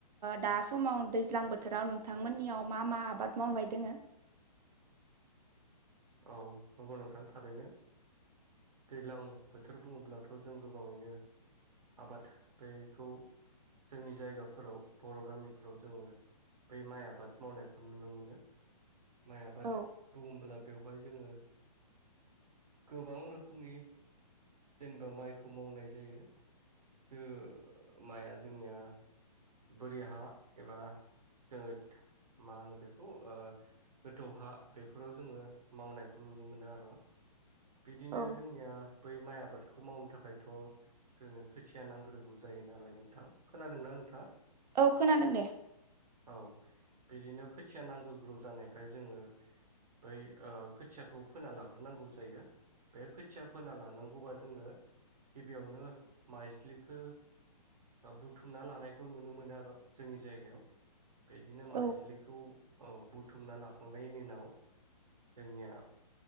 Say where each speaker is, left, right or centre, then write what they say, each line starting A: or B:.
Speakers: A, on the right; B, on the right.
A: दा समाव दैज्लां बोथोराव नोंथांमोननियाव मा मा आबाद मावनाय दोङो?
B: औ नंगौ नोंथां थारैनो दैज्लां बोथोर बुंङोब्लाथ' जों गोबांङैनो आबाद बेखौ जोंनि जायगाफोराव बर' गामिफोराव जोंङो बै माइ आबाद मावनायखौ नुनो मोनो माइ आबाद
A: औ
B: बुंब्ला बेवहाय जोंङो गोबां रोखोमनि जेनेबा माइखौ मावनाय जायो ओ जोंनिया माइआ जोंनिया बोरि हा एबा जोङो मा होनो बेखौ ओ गोथौ हा बेफोराव जोङो मावनायखौ नुनो मोनो आरो। बिदिनो
A: औ
B: जोंनिया बै माइ आबादखौ मावनो थाखायथ' जोङो खोथिया नांग्रोगौ जायो नालाय नोंथां खोनादोंना नोंथाङा?
A: औ खोनादों दे।
B: औ बिदिनो खोथिया नांग्रोगौ जानायखाय जोङो बै खोथियाखौ फोना लाग्रोनांगौ जायो। बे खोथिया फोना लानांगौबा जोंनो गिबियावनो माइज्लिखौ बुथुमना लानायखौ नुनो मोनो आरो जोंनि जायगायाव। बिदिनो माइज्लिखौ
A: औ
B: औ बुथुमना लाखांनायनि उनाव जोंनिया